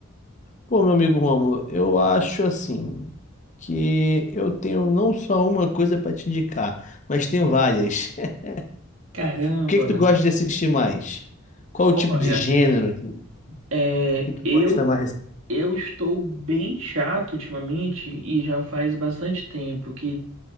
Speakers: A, on the left (about 35°); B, on the right (about 70°).
A: Pô, meu amigo Romulo, eu acho assim que eu tenho não só uma coisa pra te indicar, mas tenho várias. <laughs>
B: Caramba!
A: O que que tu gosta de assistir mais? Qual o tipo
B: Olha.
A: de gênero
B: É,
A: que tu
B: eu,
A: gosta mais?
B: eu estou bem chato ultimamente e já faz bastante tempo que,